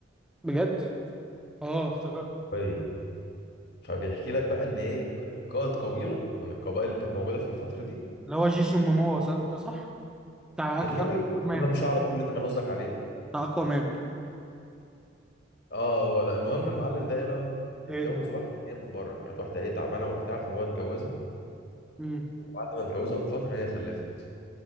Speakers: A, in the centre; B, on the left.
A: بجد اه افتكرت
B: طيب فبيحكي لك بقى ان هي قائد قبيله من القبائل اللي كانت موجوده في الفتره دي
A: اللي هو جيسون موموا صح- ده صح بتاع أك-
B: الراجل الأسود
A: اكوامان
B: ده ابو شعر طويل اللي انت كان قصدك عليه
A: بتاع اكوامان
B: اه هو ده المهم المعلم ده ايه بقى اتجوز
A: ايه
B: واحده جايه من بره كانت واحده ايه تعبانه وبتاع فهو اتجوزها
A: امم
B: وبعد ما اتجوزها بفتره هي خلفت